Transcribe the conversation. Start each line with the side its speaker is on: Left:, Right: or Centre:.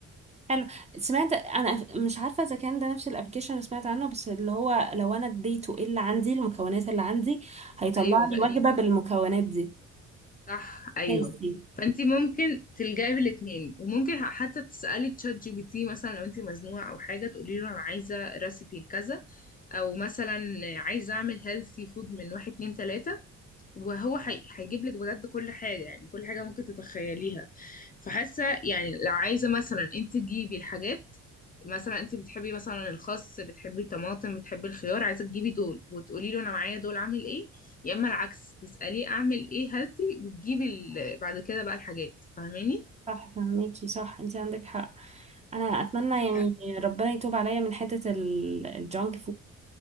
Right: حلو سمعت أنا مش عارفة إذا كان ده نفس الأبلكيشن اللي سمعت عنه بس اللي هو لو أنا اديته إيه اللي عندي المكونات اللي عندي هيطلع
Left: ايوه تقريبا
Right: لي وجبة بالمكونات دي
Left: صح ايوه
Right: هيلثي
Left: فانت ممكن تلجئي بالاتنين وممكن حتى تسالي تشات جي بي تي مثلا لو انت مزنوقه او حاجه تقولي له انا عايزه ريسيبي لكذا او مثلا عايزه اعمل هيلثي فود من واحد اتنين تلاته وهو حي... هيجيب لك بجد كل حاجة يعني كل حاجة ممكن تتخيليها فحاسة يعني لو عايزة مثلا انت تجيبي الحاجات مثلا انت بتحبي مثلا الخس بتحبي الطماطم بتحبي الخيار عايزة تجيبي دول وتقولي له انا معايا دول عامل ايه يا اما العكس تسأليه اعمل ايه هاتي وتجيبي ال... بعد كده بقى الحاجات فاهماني
Right: صح فهميكي صح انت عندك حق انا اتمنى
Left: ف-
Right: يعني ربنا يتوب عليا من حته ال- الجانك فود